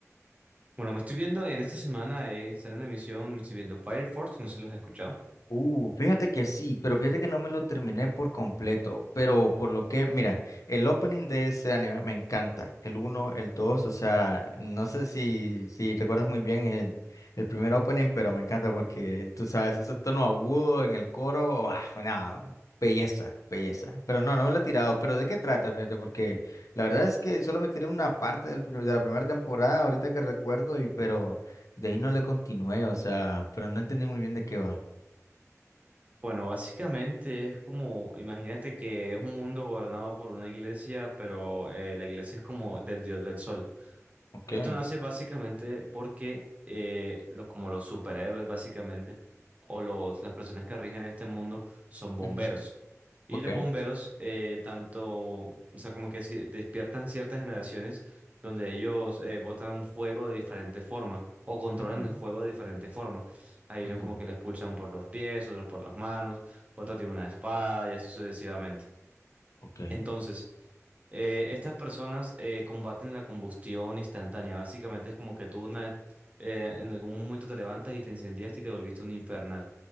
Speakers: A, on the right (about 25°); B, on the left (about 80°).
A: Bueno, me estoy viendo en esta semana, eh, están en emisión, me estoy viendo Fire Force, no sé si los has escuchado.
B: Uh, fíjate que sí, pero fíjate que no me lo terminé por completo, pero por lo que, mira, el opening de ese anime me encanta, el uno, el 2, o sea, no sé si, si recuerdas muy bien el, el primer opening, pero me encanta porque, tú sabes, ese tono agudo en el coro, ah, nada, belleza, belleza, pero no, no me lo he tirado, pero ¿de qué trata? Fíjate, porque la verdad es que solo me tiré una parte del, prim- de la primera temporada, ahorita que recuerdo, y pero de ahí no le continué, o sea, pero no entendí muy bien de qué va.
A: Bueno, básicamente es como, imagínate que es un mundo gobernado por una iglesia, pero eh, la iglesia es como del dios del sol.
B: Okay,
A: Esto nace básicamente porque eh, los, como los superhéroes básicamente, o los, las personas que rigen este mundo son bomberos.
B: ujú,
A: Y
B: okay,
A: los bomberos eh, tanto, o sea, como que si- despiertan ciertas generaciones donde ellos eh, botan fuego de diferente forma o controlan
B: ujú,
A: el fuego de diferente forma. Hay
B: ujú,
A: unos como que lo expulsan por los pies, otros por las manos, otro tiene una espada y así sucesivamente.
B: okay,
A: Entonces, eh, estas personas eh, combaten la combustión instantánea. Básicamente es como que tú una- eh, en algún momento te levantas y te incendiaste y te volviste un infernal.